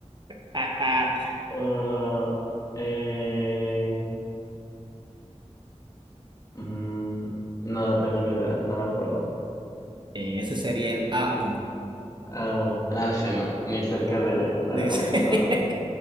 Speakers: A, on the right; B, on the left.
A: <laughs>
B: Oro. Eh, mm, no, no tengo ni idea, no me acuerdo.
A: Eh, Ese sería el AU.
B: Ah, uh, ah, sí, no, ni cerca de la
A: Dice.
B: de lo pensado.
A: <laughs>